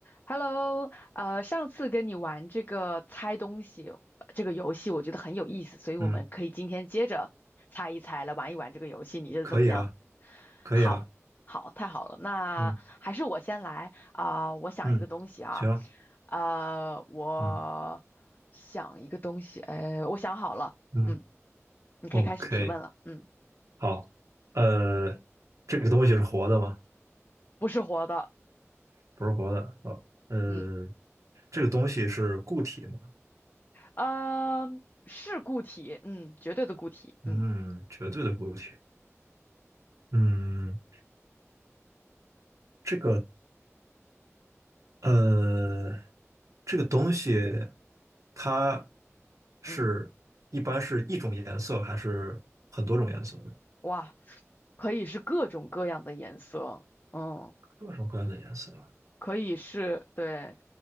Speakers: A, on the left (about 40°); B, on the right (about 80°).
A: Hello，呃，上次跟你玩这个猜东西呃这个游戏，我觉得很有意思，所以我们可以今天接着猜一猜，
B: 嗯，
A: 来玩一玩这个游戏，你觉得怎么样？
B: 可以啊，可以啊，
A: 好，好，太好了，那还是我先来啊，
B: 嗯
A: 我想一个东西啊，
B: 嗯，行啊，
A: 呃，我想一个东西，
B: 嗯
A: 哎，我想好了，
B: 嗯
A: 嗯，你可以开始提问了，
B: ，OK，
A: 嗯，
B: 好，呃，这个东西是活的吗？
A: 不是活的，
B: 不是活的，哦，呃，
A: 嗯，
B: 这个东西是固体吗？
A: 呃，是固体，嗯，绝对的固体，
B: 嗯，
A: 嗯
B: 绝对的固体。嗯，这个呃，这个东西它是一般是一种颜色还是很多种颜色？
A: 嗯。哇，可以是各种各样的颜色，嗯，
B: 各种各样的颜色啊。
A: 可以是，对，